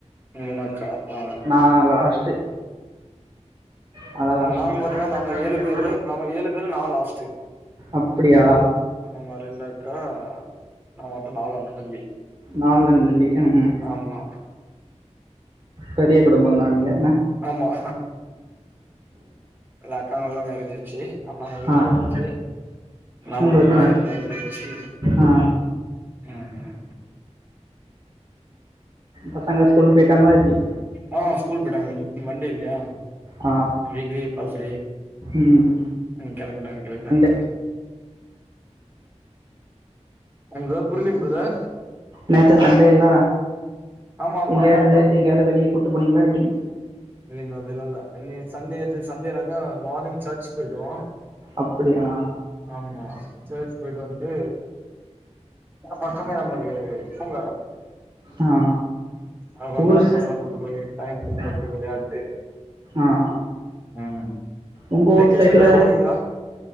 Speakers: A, on the right (about 15°); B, on the right (about 40°).
A: மூணு அக்கா ஆ
B: நா லாஸ்ட்டு நா தா லாஸ்ட்டு
A: நாங்க பாத்தீங்கன்னா நம்ம ஏழு பேரு நம்ம ஏழு பேரு நா லாஸ்ட்டு
B: அப்டியா
A: ஆமா ரெண்டக்கா ஆக மொத்தோ நாலு அண்ண தம்பி
B: நாலு அண்ணன் தம்பி ம் ம்.
A: ஆமா
B: பெரிய குடும்ப தா நீங்க
A: ஆமா இல்ல அக்காங்களுக்குலா மேரேஜ் ஆயிடுச்சு அண்ணாங்களுக்கு
B: அ
A: மேரேஜ் ஆயிடுச்சு நா மட்டுந்தா
B: உங்ளுக்கா
A: எனக்கு மேரேஜ் ஆயிடுச்சு
B: அ
A: ம்
B: பசங்க ஸ்கூலுக்கு பொயிட்டாங்ளா எப்டி
A: ஆ ஸ்கூல் பொயிட்டாங்க இன்னைக்கு மண்டே இல்லியா
B: ஆ
A: வீக்லி ஃபஸ்ட் டே
B: ம்
A: ம் கெளம்பிடாங்க கெளம்பிடாங்க
B: சண்டே
A: உங்களுக்குதா புரியலீங்க பிரதர்
B: நேத்து சண்டே இல்ல
A: ஆமா ஆமா
B: எங்கயாது எங்கயாது வெளிய கூட்டு போனீங்ளா எப்டி
A: இல்லிங்க அப்டிலா இல்ல சண்டே நேத்து சண்டேனாக்கா மார்னிங் சர்ச் பொயிட்டோ
B: அப்படியா
A: ஆமா சேர்ச் பொய்ட்டு வந்ட்டு பக்கமே நமக்கு பூங்கா இருக்கு
B: அ
A: அங்க கொஞ்ச
B: டூல்ஸ்
A: நேரோ பசங்கள கூட்டு போய் டைம் ஸ்பெண்ட்
B: அ
A: பண்ட்டு விளையாட்டு
B: அ
A: ம்
B: உங்க
A: வெக்கேஷன்
B: ஊர் சைட்ல
A: எங்கயா போவீங்களா